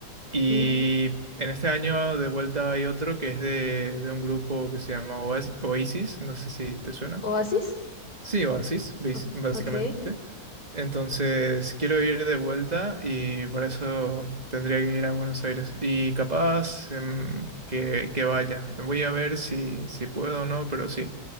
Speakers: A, on the right; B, on the left.
A: y
B: ¿Sí?
A: en este año de vuelta hay otro que es de, de un grupo que se llama Oas- Oasis, no sé si te suena.
B: ¿Oasis?
A: Sí, Oasis, bas-
B: Ah,
A: básicamente.
B: ok,
A: Entonces, quiero ir de vuelta y para eso tendría que ir a Buenos Aires. Y capaz em, que, que vaya. Voy a ver si, si puedo o no, pero sí.